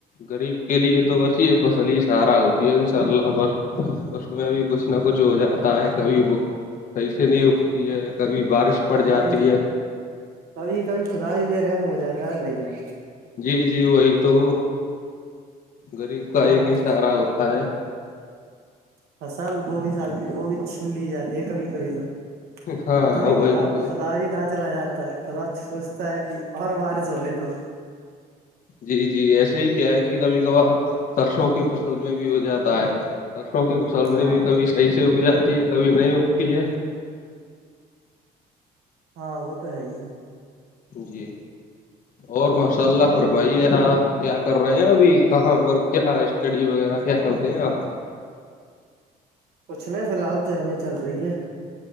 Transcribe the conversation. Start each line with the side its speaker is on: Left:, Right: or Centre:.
Left: غریب کے لیے تو وسی ہے فصل ہی سارا ہوتی ہے انشاء اللہ ب اس میں بھی کچھ نہ کچھ ہو جاتا ہے کبھی وہ صحیح سے نہیں اگتی ہے کبھی بارش پڑ جاتی
Right: کبھی
Left: ہے
Right: کبھی کبھی خدا بھی بے رحم ہو جاتا ہے بھائی جان
Left: جی جی وہی تو غریب کا
Right: ہاں
Left: ایک ہی سارہ ہوتا ہے
Right: فصال وہ بھی سال وہ بھی چھین لی جاتی ہے کبھی کبھی تو
Left: ہاں
Right: پتا نہیں
Left: وہی
Right: خدا
Left: تو
Right: کدا ہی کہاں چلا جاتا ہے کدا سوچ <unintelligible> تا ہے کہ اور وارس ہونے دو
Left: جی جی ایسے ہی کیا ہے کہ کبھی کبھار سرسوں کی فصل میں بھی ہو جاتا ہے برسوں کی فصل میں
Right: ہاں
Left: بھی کبھی صحیح سے اگ جاتی ہے کبھی نہیں اگتی ہے
Right: ہاں وہ تو ہے ہی نا
Left: جی اور ماشاء اللہ فرمائیے آپ کیا کر رہے ہیں ابھی کہاں پر کیا اسٹڈی وغیرہ کیا کرتے ہیں آپ
Right: کچھ نہیں فی الحال تو ای چل رہی ہے